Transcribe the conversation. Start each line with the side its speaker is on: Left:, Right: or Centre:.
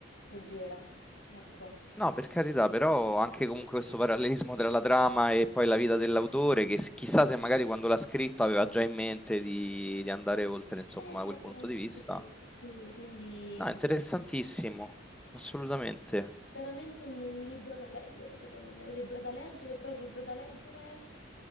Left: leggera. Ecco.
Centre: No, per carità, però anche comunque questo parallelismo tra la trama e poi la vita dell'autore, che s- chissà se magari quando l'ha scritto aveva già in mente di, di andare oltre, insomma,
Left: Eh,
Centre: da quel punto di
Left: sì,
Centre: vista.
Left: sì, quindi
Centre: No,
Left: mh,
Centre: interessantissimo, assolutamente.
Left: veramente un, un libro da leggere, secondo me, un libro da leggere, però un libro da leggere